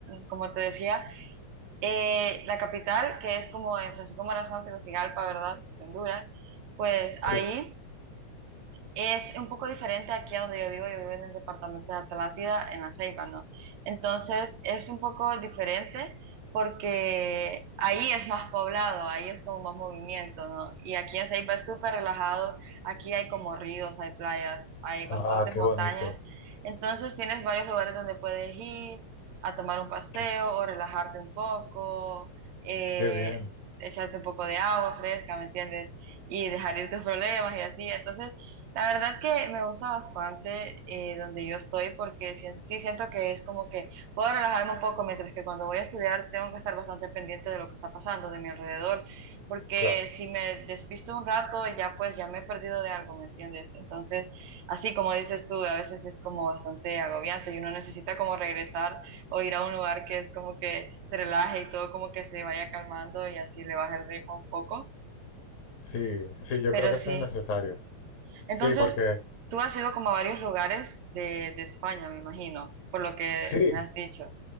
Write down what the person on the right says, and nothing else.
como te decía, eh, la capital, que es como en Francisco Morazán, Tegucigalpa, ¿verdad? Honduras, pues ahí.
Es un poco diferente aquí a donde yo vivo, yo vivo en el departamento de Atlántida, en La Ceiba, ¿no? Entonces es un poco diferente porque ahí es más poblado, ahí es como más movimiento, ¿no? Y aquí en Ceiba es súper relajado, aquí hay como ríos, hay playas, hay
bastantes
montañas,
entonces tienes varios lugares donde puedes ir a tomar un paseo
o relajarte un poco, eh,
echarte un poco de agua fresca, ¿me entiendes? Y dejar ir tus problemas y así, entonces... La verdad que me gusta bastante eh, donde yo estoy porque sí, sí siento que es como que puedo relajarme un poco, mientras que cuando voy a estudiar tengo que estar bastante pendiente de lo que está pasando, de mi alrededor, porque
si me despisto un rato ya pues ya me he perdido de algo, ¿me entiendes? Entonces, así como dices tú, a veces es como bastante agobiante y uno necesita como regresar o ir a un lugar que es como que se relaje y todo como que se vaya calmando y así le baja el ritmo un poco,
pero
sí.
Entonces,
tú has ido como a varios lugares de, de España, me imagino, por lo que
me has dicho.